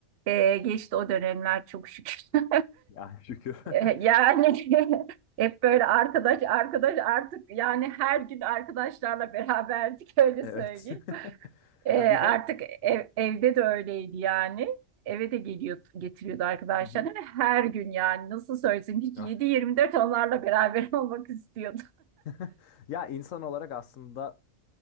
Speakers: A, on the right (about 55°); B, on the left (about 75°).
A: E, geçti o dönemler çok şükür. <laughs>
B: Ya şükür. <laughs>
A: E, Yani <laughs> hep böyle arkadaş arkadaş artık yani her gün arkadaşlarla beraberdik <laughs> öyle
B: Evet.
A: söyleyeyim.
B: <laughs>
A: E,
B: Ya
A: artık
B: bir de
A: ev- evde de öyleydi yani. Eve de geliyordu getiriyordu arkadaşlarını
B: Hı hı.
A: ve her gün yani nasıl söylesem hiç
B: ya
A: 7-24 onlarla beraber <laughs> olmak istiyordu.
B: <laughs> Ya insan olarak aslında